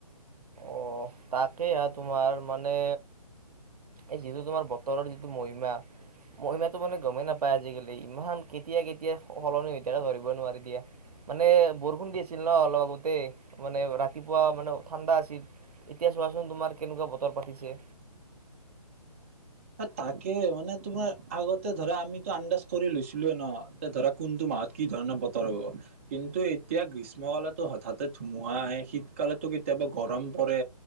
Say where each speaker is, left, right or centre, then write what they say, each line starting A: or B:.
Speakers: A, on the right; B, on the right.
A: অ তাকেই এয়া তোমাৰ মানে এই যিটো তোমাৰ বতৰৰ, যিটো মহিমা মহিমাটো মানে গমেই নাপায় আজিকালি ইমান কেতিয়া কেতিয়া সলনি হৈ থাকে ধৰিব নোৱাৰে দিয়া মানে বৰষুণ, দি আছিল। আছিল ন অলপ আগতেই মানে ৰাতিপুৱা মানে ঠাণ্ডা, আছিল। এতিয়া চোৱাচোন তোমাৰ কেনেকুৱা বতৰ পাতিছে।
B: তাকে মানে তোমাৰ আগতে ধৰা আমিতো আন্দাজ কৰি লৈছিলো, ন ধৰা কোনটো মাহত, কি ধৰণৰ বতৰ, হ'ব। কিন্তু এতিয়া গ্ৰীষ্ম, কালতো হঠাতে ধুমুহা আহে, শীতকালো, কেতিয়াবা গৰম, পৰে